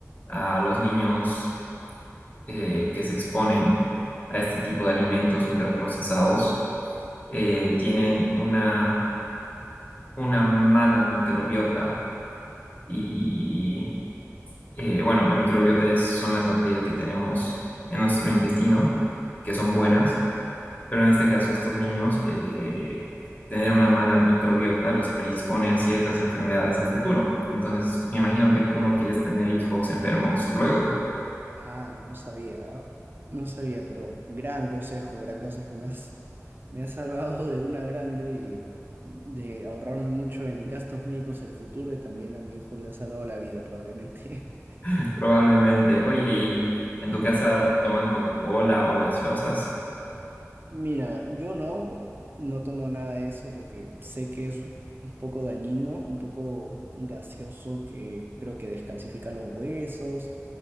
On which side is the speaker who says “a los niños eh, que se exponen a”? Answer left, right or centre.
Left